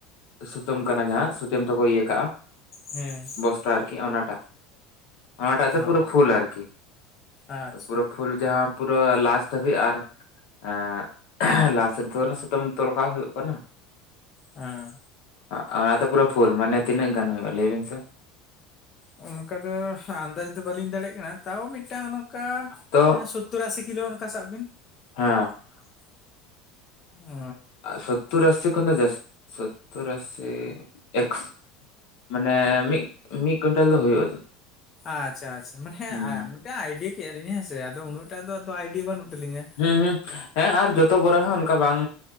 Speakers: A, on the left (about 70°); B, on the left (about 35°).
A: ᱥᱩᱛᱟᱹᱢ ᱠᱟᱱᱟ ᱡᱟᱦᱟᱸ ᱥᱩᱛᱟᱹᱢ ᱛᱮᱠᱚ ᱤᱭᱟᱹ ᱠᱟᱜᱼᱟ᱾
B: ᱦᱮᱸ᱾
A: ᱵᱚᱥᱛᱟ ᱟᱨᱠᱤ ᱚᱱᱟᱴᱟᱜ, ᱚᱱᱟᱴᱟᱜ
B: ᱦᱮᱸ
A: ᱛᱮ ᱯᱩᱨᱟᱹ ᱯᱷᱩᱞ ᱟᱨᱠᱤ᱾
B: ᱟᱪᱪᱷᱟ
A: ᱯᱩᱨᱟᱹ ᱯᱷᱩᱞ ᱡᱟᱦᱟᱸ ᱯᱩᱨᱟᱹ ᱞᱟᱥ ᱫᱷᱟᱹᱵᱤᱡ ᱟᱨ ᱮᱸᱻ ᱥᱮᱫ ᱫᱚ ᱚᱱᱟ ᱥᱩᱛᱟᱹᱢ ᱛᱚᱞ ᱠᱟᱜ ᱦᱩᱭᱩᱜ ᱠᱟᱱᱟ,
B: ᱦᱮᱸ
A: ᱦᱮᱸ ᱟᱫᱟᱚ ᱯᱩᱨᱟᱹ ᱯᱷᱩᱞ ᱢᱟᱱᱮᱼᱼ ᱛᱤᱱᱹᱜ ᱜᱟᱱ ᱦᱩᱭᱩᱜ-ᱟ ᱞᱟᱹᱭ ᱵᱮᱱ ᱥᱮ?
B: ᱚᱱᱠᱟ ᱫᱚ ᱟᱱᱫᱟᱡ ᱫᱚ ᱵᱟᱹᱞᱤᱧ ᱫᱟᱲᱮᱭᱟᱜ ᱠᱟᱱᱟ ᱛᱟᱣ ᱢᱤᱫᱴᱟᱝ ᱚᱱᱠᱟ
A: ᱛᱚ
B: ᱥᱳᱛᱚᱨ ᱟᱥᱤ ᱠᱤᱞᱳ ᱚᱱᱠᱟ ᱥᱟᱵ ᱵᱤᱱ
A: ᱦᱮᱸ
B: <inaudible> ᱚ
A: ᱥᱚᱛᱛᱳᱨ ᱟᱥᱤ ᱠᱷᱚᱱ ᱫᱚ ᱡᱟᱥ ᱥᱚᱛᱛᱳᱨ ᱟᱥᱤ ᱮᱠᱥ ᱢᱟᱱᱮ ᱢᱤᱫ ᱢᱤᱫ ᱠᱩᱱᱴᱟᱞ ᱫᱚ ᱦᱩᱭᱩᱜᱼᱟ
B: ᱟᱪᱪᱷᱟ ᱟᱪᱪᱷᱟ ᱢᱟᱱᱮ
A: ᱦᱩᱸ ᱦᱩᱸ
B: ᱢᱤᱫᱴᱟᱝ ᱟᱭᱰᱤ ᱠᱮᱟ ᱞᱤᱧ ᱦᱮᱸᱥᱮ ᱟᱫᱚ ᱩᱱᱟᱹᱜ ᱴᱟᱜ ᱫᱚ ᱟᱭᱰᱤ ᱵᱟᱹᱱᱩᱜ ᱛᱟᱹᱞᱤᱧᱟ᱾
A: ᱩᱦᱩᱜ ᱦᱮᱸ ᱟᱨ ᱡᱚᱛᱚ ᱵᱚᱨ ᱦᱚᱸ ᱚᱱᱠᱟ ᱵᱟᱝ